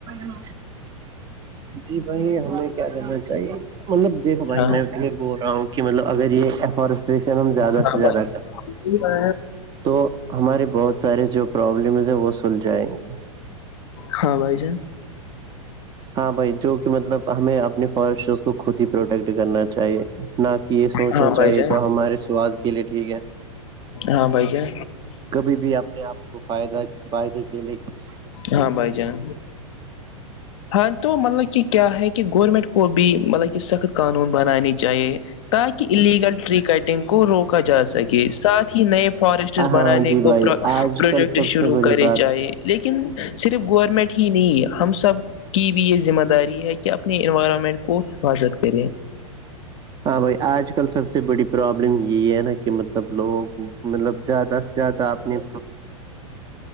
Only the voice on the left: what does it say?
ہاں
ہاں
<inaudible>
ہاں بھائی
ہاں
بھائی جان
ہاں بھائی کیا
ہاں بھائی جان ہاں تو مطلب کہ کیا ہے کہ گورنمنٹ کو بھی مطلب کہ سخت قانون بنانانی چاہیے تاکہ اللیگل ٹری کٹنگ کو روکا جا سکے ساتھ ہی نئے فارسٹ بنانے
کو پر
پروجیکٹ
شروع
کرے
چاہی- لیکن صرف گورنمنٹ ہی نہیں ہم سب- کی بھی یہ ذمہ داری ہے کہ اپنے انوائرمنٹ کو حفاظت کرے-